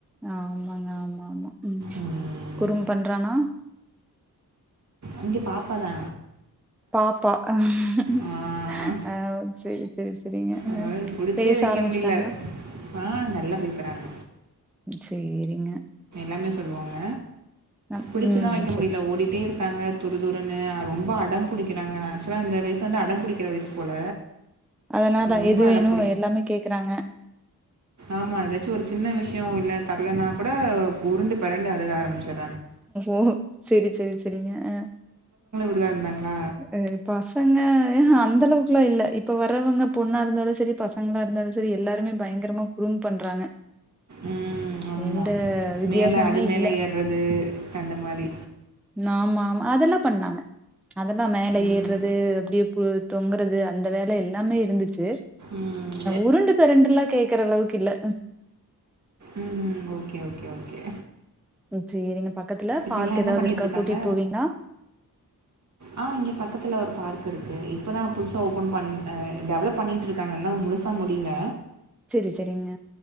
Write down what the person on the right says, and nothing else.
ம்.
இங்க பாப்பாதா
ஆ.
அ புடிச்சே
வைக்க
முடியல. ஆ நல்லா பேசுறாங்க
எல்லாமே சொல்லுவாங்க
புடிச்சி
தா வெக்க
முடிய ஓடிட்டே இரு இருக்காங்க துருதுருன்னு ரொம்ப அடம் பிடிக்கிறாங்க ஆக்சுவலா இந்த வயசு வந்து அடம் புடிக்கிற வயசு போல
ரொம்ப
அடம்
ஆமா ஏதாச்சு ஒரு சின்ன விஷயோ இல் தரலன்னா கூட உருண்டு பெரண்டு அழுக ஆரம்பிச்சிட்
அப்டி தா இருந்தங்களா
ம் ஆமாம்
மேலே அது மேலே
ஏற்றது அந்த மாதி
ம்
ம்
ம் ஓகே ஓகே ஓகே
இப்போ
எல்லாம் என்ன
பண்ணிட்டு
இருக்காங்க
ஆ இங்க பக்கத்துல ஒரு பார்க் இருக்கு இப்பதா புதுசா ஓபன் பன் ஆ டெவலப் பண்ணிட்டு இருக்காங்க இன்னோ முழுசா முடில